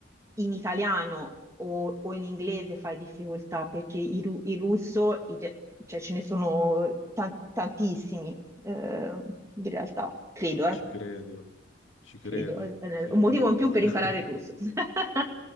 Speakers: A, on the right; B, on the left.
A: in italiano o, o in inglese fai difficoltà, perché il, ru- il russo, in re- cioè ce ne sono tan- tantissimi, eh, in realtà, credo,
B: Ah,
A: eh
B: ci credo, ci credo,
A: credo, eh, eh,
B: sì,
A: un motivo
B: però...
A: in più
B: <laughs>
A: per imparare il russo. <laughs>